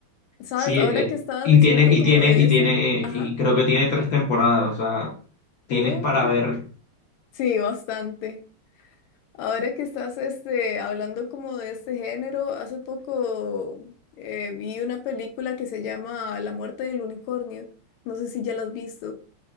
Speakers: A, on the left; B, on the left.
A: ¿Sabes?
B: sí,
A: Ahora
B: eh,
A: que estabas
B: y
A: diciendo
B: tiene, y
A: como
B: tiene,
A: de
B: y
A: ese,
B: tiene,
A: ajá,
B: eh, y creo que tiene tres temporadas, o sea, tienes
A: ok,
B: para ver.
A: sí, bastante. Ahora que estás este, hablando como de este género, hace poco eh, vi una película que se llama La muerte del unicornio. No sé si ya la has visto.